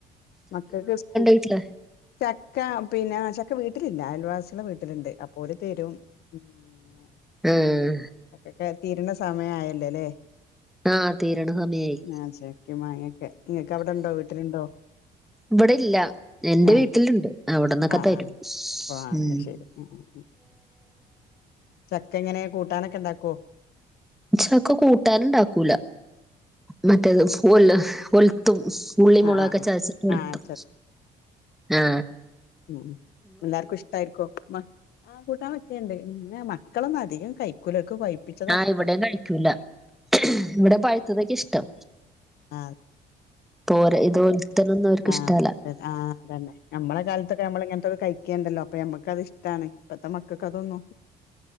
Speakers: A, on the left (about 70°); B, in the centre.
A: മക്കൾക്ക് സ്കൂ
B: വീട്ടില്
A: ചക്ക പിന്നെ ചക്ക വീട്ടിലില്ല <inaudible> വീട്ടിലിണ്ട് അപ്പോ ഒൽ തീരുംതൊക്കക്കെ
B: ആഹ്
A: തീരണ്ട സമയ ആയല്ലലെ
B: ആഹ് തീരണ സമയായി
A: ആ ചക്കെ മാങ്ങക്കെ ഇങ്ങക്ക് അവിടെണ്ടോ വീട്ടിലുണ്ടോ
B: ഇവിടെ ഇല്ല എന്റെ
A: ആഹ്
B: വീട്ടിലിണ്ട് അവിട്ന്ന്ക്കെ
A: ആഹ്
B: തരും
A: ആഹ് ഓ
B: ഉ
A: അത് ശരി ആഹ് ആഹ് ചക്ക എങ്ങനെ കൂട്ടാനൊക്കെ ഇണ്ടാക്കോ
B: ചക്ക കൂട്ടാന്ണ്ടാക്കൂല മറ്റേത് ഒല് ഒൽത്തും ഉള്ളി
A: ആഹ്
B: മുളക്
A: ആഹ് ആഹ്
B: ക്കൊ ചതച്ചിട്ട് ഒൽത്തും
A: ആഹ്
B: ആ
A: ഉ ഉം എല്ലാർക്കും ഇഷ്ടായിരിക്കോ മ ആ കൂട്ടാൻവെക്കേണ്ട് മ ക്കളൊന്നും അധികം കൈക്കുല ഓൽക്ക് പൈപ്പിച്ചതാഷ്ട്ടം
B: ആഹ് ഇവിടേം കഴിക്കൂല ഇവിടെ പഴ്ത്ത ത്ക്ക് ഇഷ്ടം
A: ആ
B: തോര തോരനൊന്നും അവർക്ക്
A: ആ
B: ഇഷ്ടല്ല
A: അതെ ആ അതന്നെ നമ്മളെ കാലത്തൊക്കെ നമ്മള ഇങ്ങനത്തെ കഴിക്കേണ്ടല്ലോ അപ്പഴെ മ്മക്ക്ത് ഇഷ്ടാണ് ഇപ്പത്തെ മക്കൾക്ക് അതൊന്നു